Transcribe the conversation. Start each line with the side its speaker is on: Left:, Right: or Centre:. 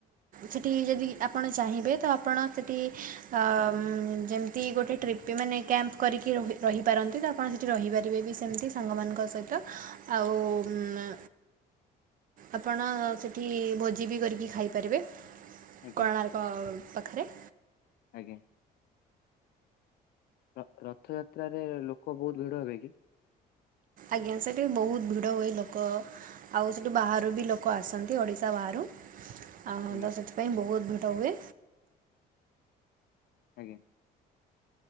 Right: ସେଠି ଯଦି ଆପଣ ଚାହିଁବେ ତ ଆପଣ ସେଠି ଆ ଯେମିତି ଗୋଟେ ଟ୍ରିପ୍ ପି ମାନେ କ୍ୟାମ୍ପ କରିକି ରହି ରହିପାରନ୍ତି ତ ଆପଣ ସେଠି ରହିପାରିବେ ବି ସେମିତି ସାଙ୍ଗମାନଙ୍କ ସହିତ। ଆଉ ମ୍ ଆପଣ ସେଠି ଭୋଜି ବି କରିକି ଖାଇପାରିବେ
Left: ଆଜ୍ଞା
Right: କଣା ପ ପାଖରେ।
Left: ଆଜ୍ଞା। ର ରଥଯାତ୍ରାରେ ଲୋକ ବହୁତ ଭିଡ ହେବେ କି?
Right: ଆଜ୍ଞା ସେଠୀ ବହୁତ ଭିଡ ହୁଏ ଲୋକ। ଆଉ ସେଠୁ ବାହାରୁ ବି ଲୋକ ଆସନ୍ତି ଓଡ଼ିଶା ବାହାରୁ। ଆ
Left: ଆଜ୍ଞା
Right: ତ ସେଥିପାଇଁ ବହୁତ ଭିଡ ହୁଏ।
Left: ଆଜ୍ଞା।